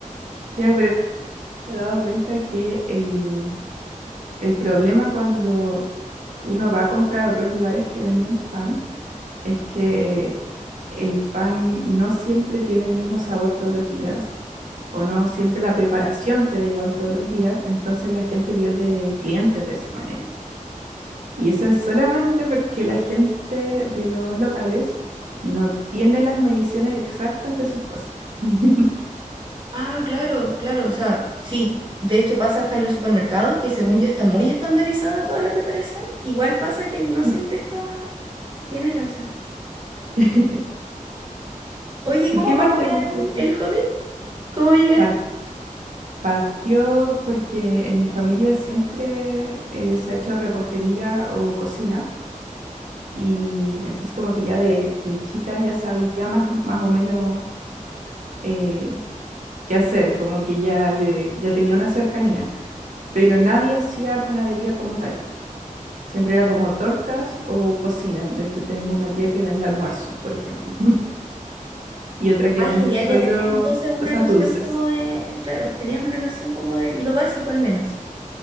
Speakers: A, on the right; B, on the right.
A: ya pero me he dado cuenta que el, el problema cuando uno va a comprar a otros lugares que venden pan es que el pan no siempre tiene el mismo sabor todos los días o no siempre la preparación queda igual todos los días, entonces la gente pierde clientes de esa manera. Y eso es solamente porque la gente de los locales no tiene las mediciones exactas de sus cosas. <laughs>
B: Ah, claro, claro, o sea, sí. De hecho pasa hasta en los supermercados, que según yo está muy estandarizada toda la preparación. Igual pasa que no
A: ¿Y
B: siempre está... Tienes razón.
A: <laughs>
B: Oye,
A: y
B: ¿cómo
A: qué
B: partió
A: más te gusta
B: el,
A: hacer?
B: el hobby? ¿Cómo llegaste?
A: Par- partió porque en mi familia siempre eh, se ha hecho repostería o cocina y entonces como que ya de, de chica ya sabía más, más o menos eh, qué hacer, como que ya, le, ya tenía una cercanía, pero nadie hacía panadería como tal. Siempre era como tortas o cocina. De hecho, tengo una tía que vende almuerzos, por ejemplo, <laughs> y otra que
B: Ah,
A: vende
B: genial,
A: solo
B: ya tenías entonces una
A: cosas
B: noción
A: dulces.
B: como de, claro, tenías una noción como de lo básico al menos.